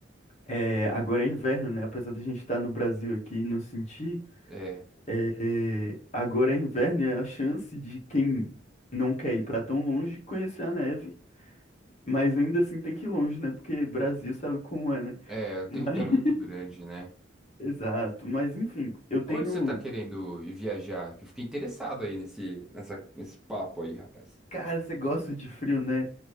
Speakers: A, on the left; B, in the centre.
A: é, agora é inverno, né? Apesar da gente estar no Brasil aqui e não sentir,
B: É,
A: é, agora é inverno e é a chance de quem não quer ir pra tão longe conhecer a neve, mas ainda assim tem que ir longe, né? Porque Brasil sabe como é, né?
B: é, o território
A: Mas- <laughs>
B: é muito grande, né?
A: exato, mas enfim, eu tenho.
B: Onde você tá querendo ir viajar? Que eu fiquei interessado aí nesse, nessa, nesse papo aí, rapaz.
A: Cara, você gosta de frio, né?